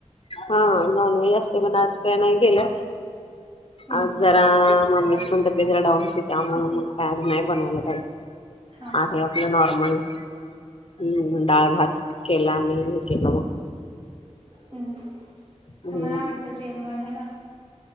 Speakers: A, on the left; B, on the right.
A: हां नॉन व्हेज असते पणं आज कायं नाहीं केेलं.
B: हं,
A: आज
B: हं.
A: जरा मंमीचीपणतब्ये जरा डाऊन होती त्यां मूळ कायं आज नाहीं बनवलं कांहीच
B: हां.
A: आहे आपलं नॉर्मल. हम्मं डाळ भात केलां आणि मी हे केलं मगं.
B: हम्मं
A: हम्म.
B: तुम्हांला आवडतं जेवणं बनवायंला.